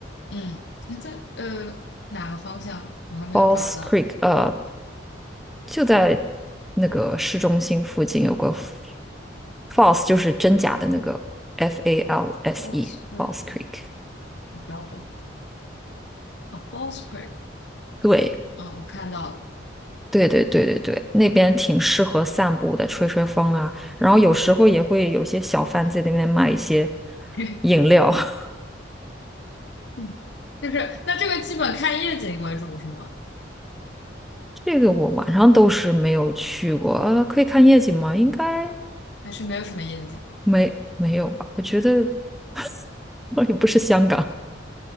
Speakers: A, on the left; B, in the centre.
A: 嗯，你在呃哪个方向？我还没有找到。
B: Falls Creek，呃就在那个市中心附近有个 f- a l s e 就是真假的那个 F A L S
A: False
B: E
A: l Creek，
B: False Creek。
A: 我找找啊，False l Creek，
B: 对，
A: 嗯，我看到了。
B: 对对对对对，那边挺适合散步的，吹吹风啊。然后有时候也会有些小贩在那边卖一些
A: <laughs>
B: 饮料。
A: 嗯
B: <laughs>
A: 嗯，就是那这个基本看夜景为主是吗？
B: 这个我晚上都是没有去过，呃，可以看夜景吗？应该
A: 还是没有什么夜景？
B: 没没有吧？我觉得 <laughs> 我也不是香港，